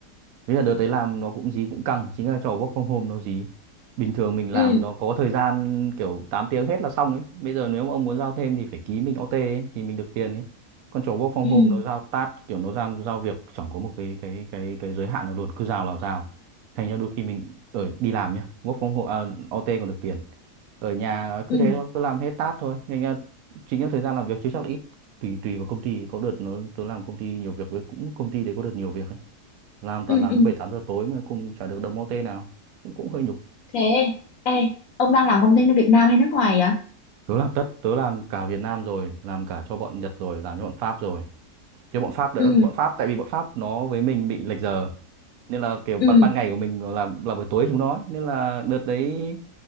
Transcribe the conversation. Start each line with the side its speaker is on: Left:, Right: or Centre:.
Right: Thế là đợt đấy làm nó cũng dí cũng căng Chính là trò work from home nó dí Bình thường mình làm
Left: ừ
Right: nó có thời gian kiểu 8 tiếng hết là xong ấy Bây giờ nếu mà ông muốn giao thêm thì phải ký mình OT ấy, Thì mình được tiền ấy Còn trò work from
Left: ừ
Right: home nó giao task Kiểu nó giao, giao việc chẳng có một cái cái cái cái giới hạn nào luôn Cứ giao là giao Thành ra đôi khi mình ở đi làm nhá Work from home, à, OT còn được tiền Ở nhà cứ
Left: ừ
Right: thế thôi, cứ làm hết task thôi Nên là chính là thời gian làm việc chứ chắc là ít Tùy tùy vào công ty Có đợt nó tớ làm công ty nhiều việc với cũng công ty đấy có đợt nhiều việc ấy làm toàn
Left: ừ
Right: làm
Left: ừ
Right: đến bảy tám giờ tối mà cũng chả được đồng ô tê nào cũng cũng hơi nhục
Left: thế ê ông đang làm công ty ở Việt Nam hay nước ngoài vậy
Right: tớ làm tất tớ làm cả Việt Nam rồi làm cả cho bọn Nhật rồi làm cho bọn Pháp rồi chứ bọn Pháp đỡ
Left: ừ
Right: bọn Pháp tại vì bọn Pháp nó với mình bị lệch giờ nên là kiểu ban,
Left: ừ
Right: ban ngày của mình là là buổi tối chúng nó nên là đợt đấy